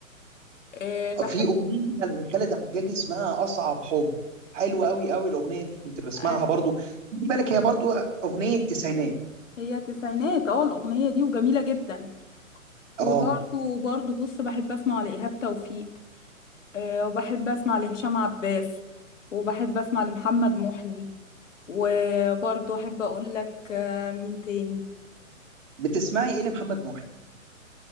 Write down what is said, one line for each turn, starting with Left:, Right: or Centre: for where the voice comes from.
Left: آه، بحب
Right: في أغنية لخالد عجاج اسمها أصعب حب حلوة أوي أوي الأغنية دي كنت بسمعها
Left: آه،
Right: برضو خدي بالك هي برضو أغنية تسعينات
Left: هي تسعينات اه الأغنية دي وجميلة جدا وبرضه
Right: آه
Left: برضه بص بحب أسمع لإيهاب توفيق آه، وبحب أسمع لهشام عباس وبحب أسمع لمحمد محي وبرضه أحب أقول لك آه، مين تاني
Right: بتسمعي إيه لمحمد محي؟